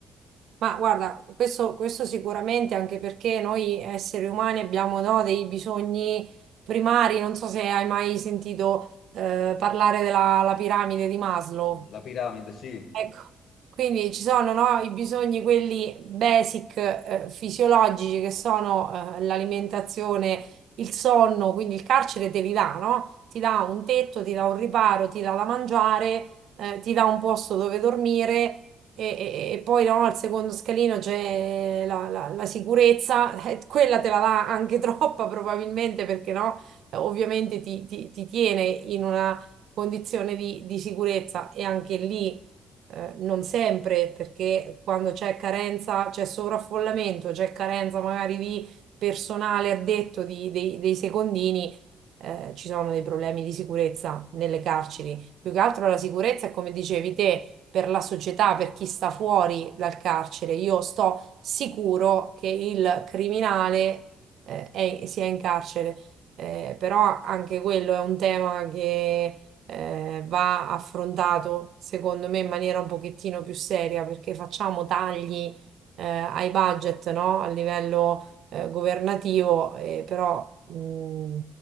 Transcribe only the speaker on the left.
La piramide, sì,